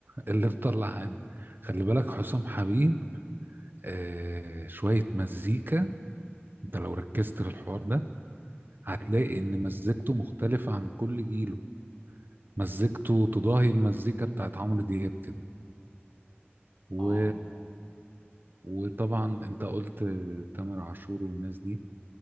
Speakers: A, on the right (about 50°); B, on the left (about 30°).
A: اللي مطلع عنا خلي بالك حسام حبيب آه شوية مزيكا انت لو ركزت في الحوار ده هتلاقي
B: م-
A: ان مزيكته مختلفة عن كل جيله مزيكته
B: م-
A: تضاهي المزيكا بتاعت عمرو دياب كده و...
B: م.
A: وطبعا انت قلت تامر عاشور والناس دي